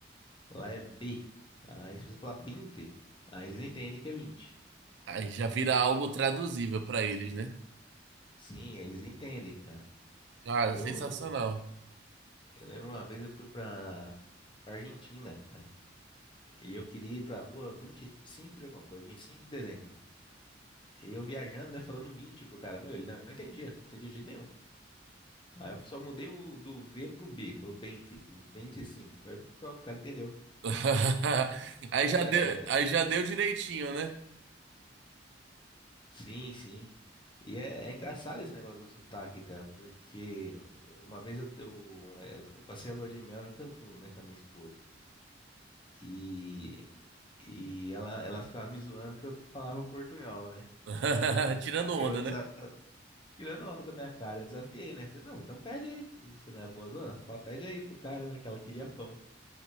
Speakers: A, on the left; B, on the right.
A: Lá é B. Aí se você falar 20, aí eles entendem que é 20.
B: Aí já vira algo traduzível pra eles, né?
A: Sim, eles entendem, cara.
B: Cara,
A: Que
B: sensacional.
A: eu, eu, eu lembro uma vez eu fui pra pra Argentina, cara. E eu queria ir pra rua 25 de alguma coisa, 25 de dezembro. E eu viajando, né, falando 20 pro cara. Meu, ele não entendia, não entendia de jeito nenhum. Aí eu só mudei o, do V pro B, pro 20, 25. Aí pronto, o cara entendeu.
B: <laughs> Aí
A: É,
B: já deu, aí já deu direitinho, né?
A: Sim, sim. E é, é engraçado esse negócio do sotaque, cara, porque uma vez eu, eu, é, eu fu- passei a lua de mel em Cancún, né, com a minha esposa. E, e ela, ela ficava me zoando que eu falava portunhol, né?
B: <laughs> Tirando
A: Aí
B: onda,
A: eu desa-
B: né?
A: tirando onda com a minha cara, eu desafiei, né? Falei, não, então pede aí, pô, você não é boa zona? Fa- Pede aí pro cara, né, que ela queria pão.